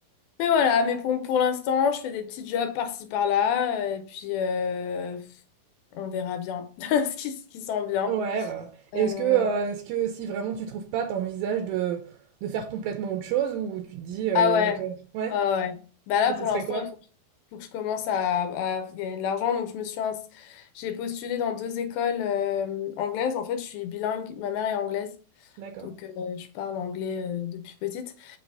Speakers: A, on the left (about 85°); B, on the right (about 80°).
A: Mais voilà, mais pour, pour l'instant, je fais des petits jobs par-ci par-là, euh, et puis euh, on verra bien <laughs> ce qui, ce qui s'en vient.
B: Ouais, bah.
A: Euh,
B: Et est-ce que, euh, est-ce que si vraiment tu trouves pas, t'envisages de, de faire complètement autre chose ou tu te dis, euh,
A: ah ouais,
B: que- ouais,
A: ah ouais. Bah là,
B: et
A: pour
B: ce serait
A: l'instant,
B: quoi?
A: il faut, faut que je commence à, à gagner de l'argent. Donc, je me suis ins- j'ai postulé dans deux écoles euh, anglaises. En fait, je suis bilingue, ma mère est anglaise,
B: D'accord.
A: donc euh, je parle anglais euh, depuis petite.